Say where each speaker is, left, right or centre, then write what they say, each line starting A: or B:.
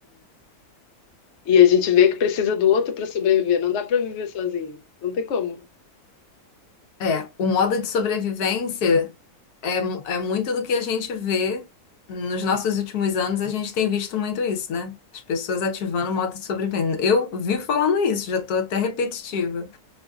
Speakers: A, on the left; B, on the left.
A: E a gente vê que precisa do outro para sobreviver. Não dá para viver sozinho. Não tem como.
B: É, o modo de sobrevivência é, mu- é muito do que a gente vê nos nossos últimos anos, a gente tem visto muito isso, né? As pessoas ativando o modo de sobrevivência. Eu vivo falando isso, já tô até repetitiva.